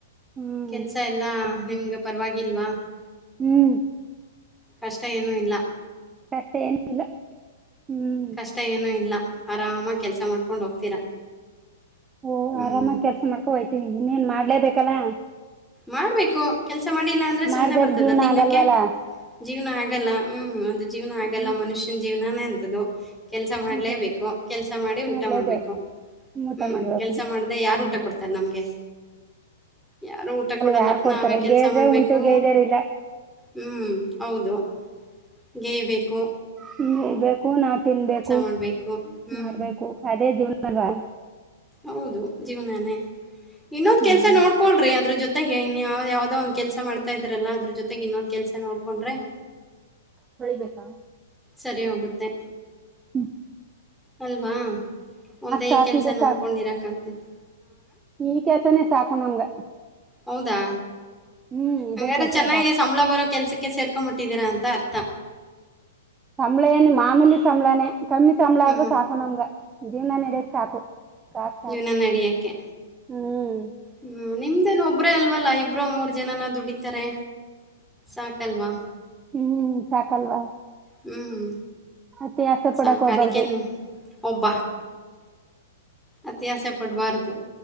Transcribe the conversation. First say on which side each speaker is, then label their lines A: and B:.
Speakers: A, on the right; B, in the centre.
A: ಹ್ಮ್
B: ಕೆಲ್ಸ ಎಲ್ಲಾ ನಿಮ್ಗೆ ಪರವಾಗಿಲ್ವಾ
A: ಹ್ಮ್
B: ಕಷ್ಟ ಏನೂ ಇಲ್ಲ
A: ಕಟ್ಟೆ ಏನಿಲ್ಲ ಹ್ಮ್
B: ಇಷ್ಟ ಏನೂ ಇಲ್ಲ ಆರಾಮಾಗಿ ಕೆಲಸ ಮಾಡ್ಕೊಂಡು ಹೋಗ್ತೀರಾ
A: ಓ
B: ಹ್ಮ್
A: ಆರಾಮಾಗ ಕೆಲ್ಸ ಮಾಡ್ಕೊ ಹೋಗಯ್ತೀವಿ ಇನ್ನೇನ್ ಮಾಡ್ಲೇಬೇಕಲ್ಲಾ
B: ಮಾಡ್ಬೇಕು ಕೆಲ್ಸ ಮಾಡಿಲ್ಲ ಅಂದ್ರೆ ಸುಮ್ನೆ
A: ಮಾಡ್ದಾರ
B: ಬರ್ತದ
A: ಜೀವ್ನ
B: ತಿನ್ನಕ್ಕೆ
A: ಆಗಲ್ವಲ್ಲ
B: ಜೀವನ ಆಗಲ್ಲ ಹ್ಮ್ ಅದು ಜೀವನ ಆಗಲ್ಲ
A: ಹ್ಮ್
B: ಮನುಷ್ಯನ ಜೀವನಾನೇ ಅಂತದು ಕೆಲಸ ಮಾಡಲೇಬೇಕು
A: ಅಂತದು
B: ಕೆಲಸ ಮಾಡಿ ಊಟ
A: ಮಾಡ್ಲೇಬೇಕು
B: ಮಾಡಬೇಕು
A: ಊಟ
B: ಹ್ಮ್
A: ಮಾಡ್ಬೇಕು
B: ಕೆಲ್ಸ ಮಾಡ್ದ ಯಾರು
A: ಹ್ಮ್
B: ಊಟ ಕೊಡ್ತಾರ ನಮ್ಗೆ ಯಾರು ಊಟ ಕೊಡಲ್ಲ
A: ಯಾರ್ ಕೊಡ್ತಾರೆ
B: ನಾವೇ ಕೆಲಸ
A: ಗೇದ್ರೆ
B: ಮಾಡ್ಬೇಕು
A: ಉಂಟು ಗೇದರ್ ಇಲ್ಲ
B: ಹ್ಮ್ ಹೌದು ಗೇಯಬೇಕೇಕು
A: ಹ್ಮ ಇರ್ಬೇಕು ನಾವ್ ತಿನ್ಬೇಕು
B: ಮಾಡ್ಬೇಕು ಹ್ಮ್
A: ಮಾಡ್ಬೇಕು ಅದೇ ದವ್ನ ಅಲ್ವಾ
B: ಹೌದು ಜೀವನಾನೇ ಇನ್ನೊಂದ
A: ಹ್ಮ್
B: ಕೆಲ್ಸ ನೋಡ್ಕೊಳ್ರಿ ಅದ್ರ ಜೊತೆ ಜೊತೆಗೆನ್ ಯಾವ್ ಯಾವ್ದದೋ ಒಂದ ಕೆಲ್ಸ ಮಾಡತಾ ಇದರಲ್ಲ ಅದ್ರ ಜೊತೆಗೆ ಇನ್ನೊಂದ ಕೆಲ್ಸ ನೋಡ್ಕೊಂಡ್ರೆ
A: ಹೊಬೇಕಾ
B: ಸರಿ ಹೋಗುತ್ತೆ
A: ಹ್ಮ
B: ಅಲ್ವಾ ಒಂದೇ
A: ಸಾಕು
B: ಕೆಲ್ಸ
A: ಇದೆ
B: ನಮಕೊಂಡಿರಕ್
A: ಸಾಕು
B: ಆಗ್ತಿತಿ
A: ಈ ಕೆಲಸನೇ ಸಾಕು ನಮ್ಗ
B: ಹೌದಾ
A: ಹ್ಮ್ ಇದೇ
B: ಹಂಗ್ರ
A: ಕೆಲ್ಸ
B: ಚೆನ್ನಾಗಿ
A: ಸಾಕು
B: ಸಂಬಳ ಬರೋ ಕೆಲ್ಸಕ್ಕೆ ಸೇರ್ ಹಾಕ್ಕೊಂಬಿಟ್ಟಿದ್ದೀರಾ ಅಂತ ಅರ್ಥ
A: ಸಂಭಳನೆ ಮಾಮೂಲಿ ಸಂಭಳಾನೆ ಕಮ್ಮಿ ಸಂಬಳಾದ್ರರು
B: ಹ್ಮ್, ಹ್ಮ್.
A: ಸಾಕು ನಮ್ಗ ಜೀವನ ನಡಕ್ ಸಾಕು ಸಾಕ್ ಸಾಕು
B: ಜೀವನ ನಡಿಯಕ್ಕೆ.
A: ಹ್ಮ್
B: ಹ್ಮ್ ನಿಮ್ದೇನ್ ಒಬ್ರೇ ಅಲ್ವಲ್ಲ ಇಬ್ರ ಮೂರ್ ಜನನ ದುಡಿತಾರೆ ಸಾಕಲ್ವಾ
A: ಹ್ಮ್ ಸಾಕಲ್ವಾ
B: ಹ್ಮ್
A: ಅತಿ ಆಸೆ
B: ಸಾಕಾಧಿಕನು
A: ಪಡಕ್ ಹೋಗ್ಬಾರ್ದು
B: ಒಬ್ಬಾ ಅತ್ಯಾಸ ಪಡುವಾರ್ದು